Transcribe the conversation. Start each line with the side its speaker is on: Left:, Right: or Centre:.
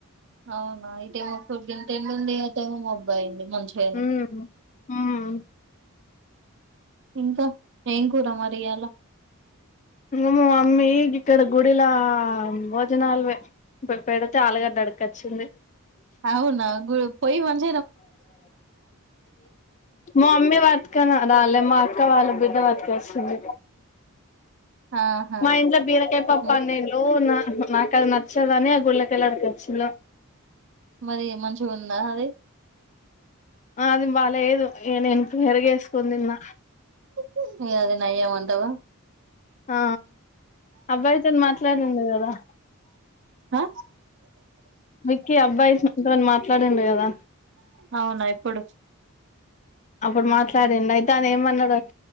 Right: అవునా! అయితే మొత్తం ఇంత ఎండ ఉంది అంత ముబ్బైయింది. మర్చిపోయాను.
Left: ఉమ్ ఉమ్
Right: ఇంకా ఏం కూర మరి ఎలా?
Left: ఏమో మమ్మీ, ఇక్కడ గుడిలో భోజనాలు పెడితే ఆలుగడ్డ. ఆడకొచ్చింది.
Right: అవునా, గు పొయి మంత
Left: మ మమ్మీ పట్కన రాలేమ్. మా అక్క వాళ్ళ బిడ్డ బతికేస్తుంది.
Right: ఆహా
Left: మా ఇంట్లో బీరకాయ పప్పు
Right: ఉమ్,
Left: నేనొండినా. నాకు అది నచ్చదు అని ఆ గుళ్ళో కెళ్ళి వచ్చిన.
Right: మరి మంచిగా ఉందా అది.
Left: అది బాగాలేదు. నే పెరగేసుకుని తిన్నా.
Right: చట్నీ అది నయమంటావా.
Left: ఆ అబ్బాయితో మాట్లాడింది కదా?
Right: ఆ
Left: విక్కీ, అబ్బాయిస్ంతోని మాట్లాడిండు. కదా
Right: అవునా? ఎప్పుడు?
Left: అప్పుడు మాట్లాడండు అయితే అతను ఏమన్నాడో